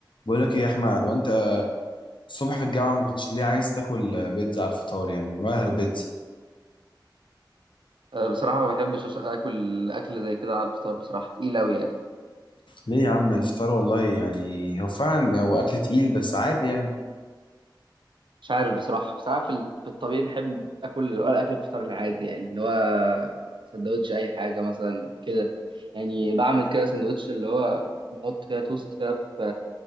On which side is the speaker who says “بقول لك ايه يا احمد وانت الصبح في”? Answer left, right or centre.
Left